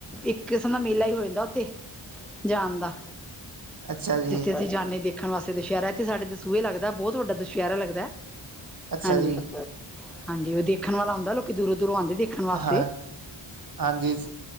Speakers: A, in the centre; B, on the right.
A: ਇੱਕ ਕਿਸਮ ਦਾ ਮੇਲਾ ਹੀ ਹੋ ਜਾਂਦਾ ਉੱਥੇ ਜਾਨ ਦਾ।
B: ਅੱਛਾ ਜੀ
A: ਜਿੱਥੇ ਅਸੀਂ ਜਾਨੇ ਦੇ। ਦੇਖਣ ਵਾਸਤੇ ਦੁਸਹਿਰਾ ਇੱਥੇ ਸਾਡੇ ਦਸੂਹੇ ਲੱਗਦਾ ਬਹੁਤ ਵੱਡਾ ਦੁਸਹਿਰਾ ਲੱਗਦਾ ਹੈ
B: ਅੱਛਾ
A: ਹਾਂਜੀ।
B: ਜੀ
A: ਹਾਂਜੀ ਉਹ ਦੇਖਣ ਵਾਲਾ ਹੁੰਦਾ ਲੋਕੀ ਦੂਰੋਂ, ਦੂਰੋਂ ਆਂਦੇ ਦੇਖਨ ਵਾਸਤੇ।
B: ਹਾਂ ਹਾਂਜੀ ਸ,